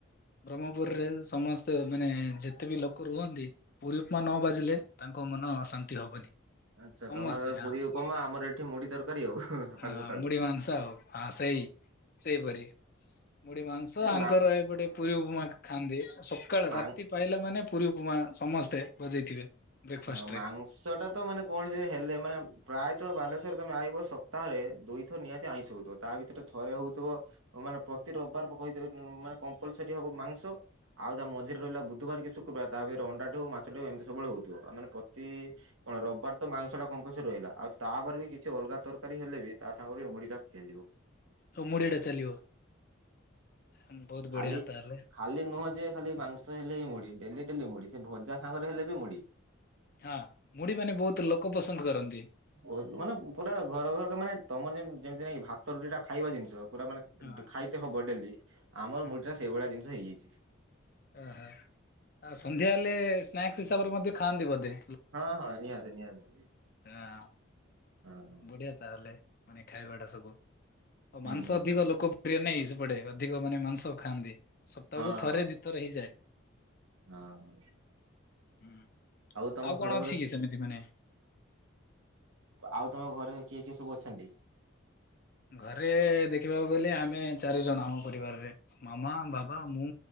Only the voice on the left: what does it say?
ବ୍ରହ୍ମପୁରରେ ସମସ୍ତେ ମାନେ ଯେତେ ବି ଲୋକ ରୁହନ୍ତି ପୁରୀ ଉପମା ନ ବାଜିଲେ ତାଙ୍କ ମନ ଶାନ୍ତି ହବନି।
ସମସ୍ତେ
ହଁ
<inaudible>
ହଁ
ମୁୁଢୀ ମାଂସ ଆଉ ଆ ସେଇ। ସେଇପରି ମୁଢି ମାଂସ
ଆଙ୍କର
ଏପୋଟେ ପୁରୀ ଉପମା ଖାଆନ୍ତି ସକାଳେ
ରାତି ପାଇଲା ମାନେ ପୁରୀ ଉପମା ସମସ୍ତେ ବଜେଇଥିବେ। ବ୍ରେକଫାଷ୍ଟ
ରେ
ଓ ମୁଢିଟା ଚାଲିବ <inaudible> ବହୁତ
ବଢିଆ ତାହାଲେ।
ହଁ ମୁଢି ମାନେ ବହୁତ ଲୋକ ପସନ୍ଦ କରନ୍ତି।
ହଁ
ହଁ
ଓହୋ ଆ ସନ୍ଧ୍ୟା ହେଲେ ସ୍ନାକ୍ସ ହିସାବରେ ମଧ୍ୟ ଖାଆନ୍ତି ବୋଧେ?
ଆଁ
ବଢିଆ ତାହେଲେ ମାନେ ଖାଇବା ଟା ସବୁ ଆଉ ମାଂସ
ଅଧିକ ଲୋକ ପ୍ରିଅ ନଁଇ ସେପଟେ ଅଧିକ ମାନେ ମାଂସ ଖାଆନ୍ତି। ସପ୍ତାହକୁ
ଥରେ
ଦିଥର ହେଇଯାଏ।
ହୁଁ
ଆଉ କଣ
ଅଛି କି ସେମିତି ମାନେ
ଘରେ ଦେଖିବାକୁ ଗଲେ ଆମେ ଚାରିଜଣ ଆମ ପରିବାରରେ। ମାମା ବାବା ମୁଁ